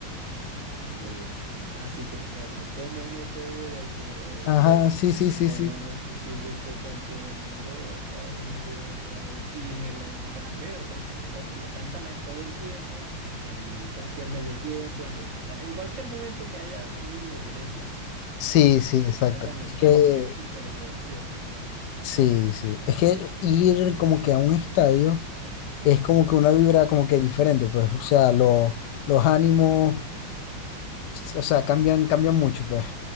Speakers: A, on the right; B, on the left.
A: ay, ¿cómo iba? Ah, sí, que, que era como, ¿cómo no te voy a querer?
B: Ajá, sí, sí, sí,
A: Como
B: sí.
A: no, si fuiste campeón de Europa una y otra vez. Y me lo grabé, o sea, porque lo, lo cantan a- todo el tiempo, en cualquier medio tiempo, en lo que están, en cualquier momento que haya un mínimo silencio,
B: Sí, sí, exacto.
A: sacan los
B: Es
A: cantos
B: que,
A: y es súper divertido, la verdad.
B: sí, sí. Es que ir como que a un estadio es como que una vibra como que diferente, pues, o sea, los, los ánimos o sea, cambian, cambian mucho, pues.